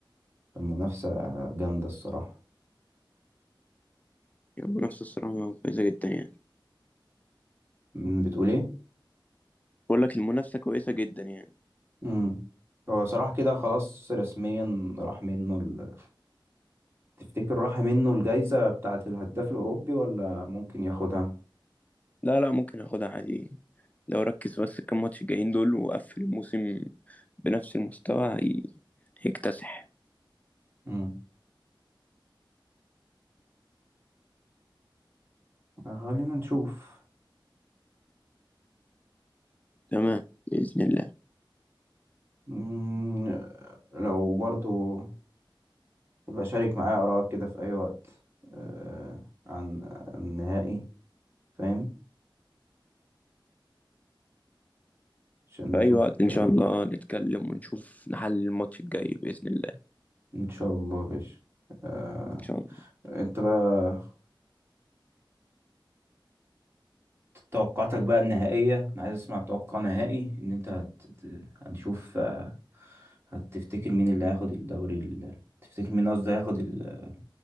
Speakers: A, on the right (about 30°); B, on the left (about 20°).
A: المنافسة جامدة الصراحة
B: يعني المنافسة الصراحة كويسة جدا يعني
A: مم، بتقول ايه؟
B: بقول لك المنافسة كويسة جدا يعني
A: امم هو صراحة كده خلاص رسميا راح منه ال... تفتكر راح منه الجايزة بتاعة الهداف الأوروبي ولا ممكن ياخدها؟
B: لا لا ممكن اخدها عادي لو ركز بس كام ماتش جايين دول وقفل الموسم بنفس المستوى هي... هيكتسح
A: امم خلينا نشوف
B: تمام بإذن الله
A: مم، لو برضو يبقى شارك معايا آراءك كده في أي وقت آه، عن عن النهائي فاهم؟ عشان
B: في
A: نشوف
B: أي وقت
A: الكلام
B: إن شاء الله نتكلم ونشوف نحل الماتش الجاي بإذن الله
A: إن شاء الله يا باشا آه،
B: إن شاء الله
A: انت بقى توقعاتك بقى النهائية انا عايز اسمع توقع نهائي ان انت هت... هت- هنشوف آه، هتفتكر مين اللي هياخد الدوري ال... تفتكر مين قصدي هياخد الكرة